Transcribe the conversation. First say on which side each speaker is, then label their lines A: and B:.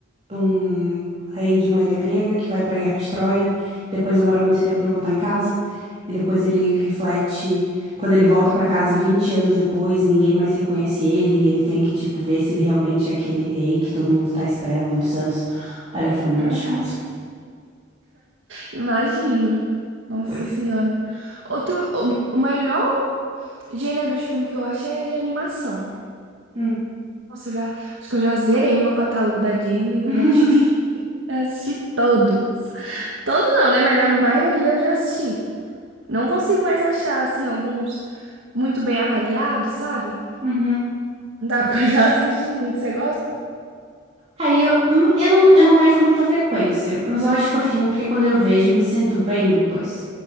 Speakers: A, on the right; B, on the right.
A: um rei de uma ilha grega que vai para a Guerra de Troia, depois demora muito tempo para voltar em casa, e depois ele reflete, quando ele volta para casa 20 anos depois, ninguém mais reconhece ele, e ele tem que, tipo, ver se ele realmente é aquele rei que todo mundo tá à espera há muitos anos. Olha, foi muito
B: Uhum.
A: chato.
B: Imagino. Nossa
A: Pois.
B: Senhora. Outro, o o melhor gênero de filme que eu acho é de animação.
A: Hum.
B: Nossa, eu já, acho que eu já zerei meu catálogo da Disney, da
A: <laughs>
B: Netflix. <laughs> Eu Assisti todos. Todos não, né? Mas a maioria eu já assisti. Não consigo mais achar, assim, alguns muito bem avaliados, sabe?
A: Uhum.
B: Não dá porque eu já assisti muito. Você gosta?
A: Aí eu, hum, eu não, eu não vejo com tanta frequência, mas eu acho fofinho porque quando eu vejo eu me sinto bem depois,